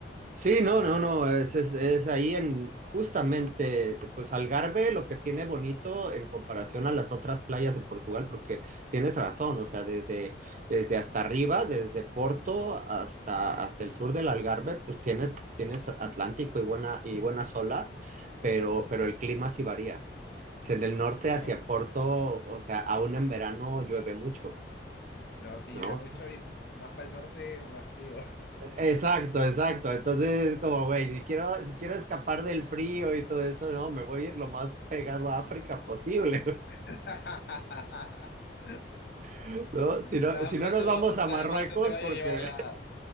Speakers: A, on the right; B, on the left.
A: Sí,
B: pero
A: no,
B: nada,
A: no, no, es, es, es ahí en justamente, pues Algarve lo que tiene bonito en comparación a las otras playas de Portugal, porque tienes razón, o sea, desde, desde hasta arriba, desde Porto hasta, hasta el sur del Algarve, pues tienes, tienes Atlántico y, buena, y buenas olas, pero,
B: sí.
A: pero el clima sí varía. O sea, en el norte hacia
B: No,
A: Porto, o sea, aún en verano llueve mucho.
B: no, sí
A: ¿no?
B: llueve mucho y más para el norte, más frío.
A: Exacto, exacto. Entonces es como, güey, si quiero, si quiero escapar del frío y todo eso, no, me voy a ir lo más pegado a África posible,
B: <laughs>
A: <laughs> ¿no? Si no,
B: Nada
A: si no
B: más
A: nos
B: no,
A: vamos a Marruecos,
B: nada más no te vaya
A: porque,
B: a llevar la,